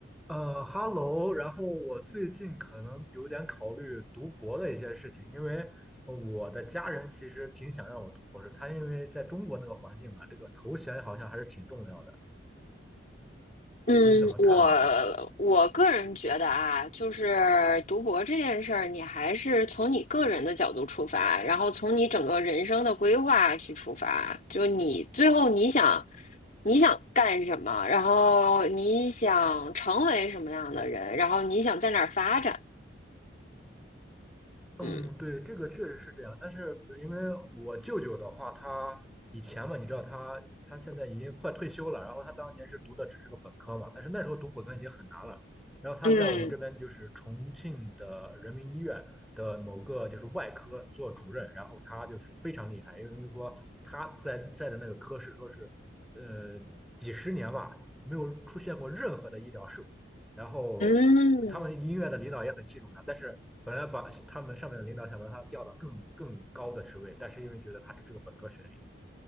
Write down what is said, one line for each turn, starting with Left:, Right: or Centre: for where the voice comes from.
Centre: 呃哈喽，然后我最近可能有点考虑读博的一些事情，因为呃我的家人其实挺想让我读博士，他因为在中国那个环境嘛，这个头衔好像还是挺重要的。
Left: 嗯，
Centre: 你怎么看呢？
Left: 我我个人觉得啊，就是读博这件事儿，你还是从你个人的角度出发，然后从你整个人生的规划去出发，就你最后你想你想干什么，然后你想成为什么样的人，然后你想在哪儿发展，
Centre: 嗯，
Left: 嗯
Centre: 对，这个确实是这样，但是呃因为我舅舅的话，他以前嘛，你知道他他现在已经快退休了，然后他当年是读的只是个本科嘛，但是那时候读本科已经很难了，然后他在我们这边就是重庆的人民医院的某个就是外科做主任，
Left: 嗯
Centre: 然后他就是非常厉害，因为说他在在的那个科室说是呃几十年吧，没有出现过任何的医疗事故。然后他们音乐的领导也很器重他，
Left: 嗯
Centre: 但是本来把他们上面的领导想把他调到更更高的职位，但是因为觉得他只是个本科学历，